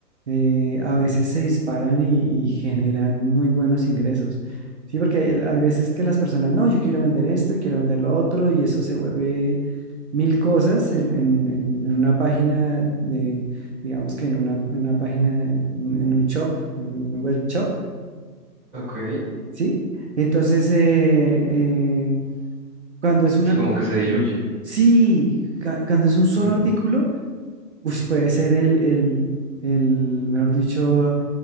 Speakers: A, on the right; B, in the centre.
A: eh, a veces se disparan y, y generan muy buenos ingresos. Sí, porque hay, hay veces que las personas, no, yo quiero vender esto y quiero vender lo otro y eso se vuelve mil cosas en, en- en- en una página de, digamos que en una, en una página, de- en, en un shop, en un web shop,
B: Ok.
A: ¿sí? Entonces, eh, eh, cuando es una
B: Sí, como que se diluye.
A: Sí, ca- cuando es un solo
B: Mm.
A: artículo, ush, puede ser el, el, el, mejor dicho,